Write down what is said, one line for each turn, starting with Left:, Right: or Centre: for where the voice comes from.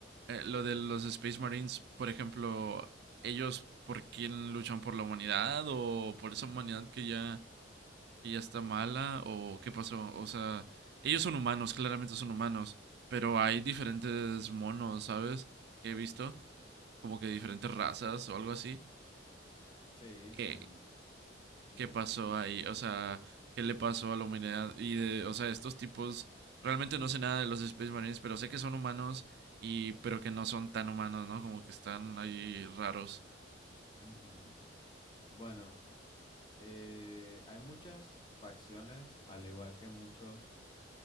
Right: eh, lo de los Space Marines, por ejemplo, ellos por quién luchan por la humanidad o por esa humanidad que ya que ya está mala o qué pasó? O sea, ellos son humanos, claramente son humanos, pero hay diferentes monos, ¿sabes? Que he visto, como que diferentes razas o algo así.
Left: Sí,
Right: ¿Qué,
Left: son... ujú,
Right: qué pasó ahí? O sea, ¿qué le pasó a la humanidad? Y de, o sea, estos tipos, realmente no sé nada de los Space Marines, pero sé que son humanos y, pero que no son tan humanos, ¿no? Como que están ahí raros.
Left: ujú, ujú. Bueno. eh, hay muchas facciones, al igual que muchos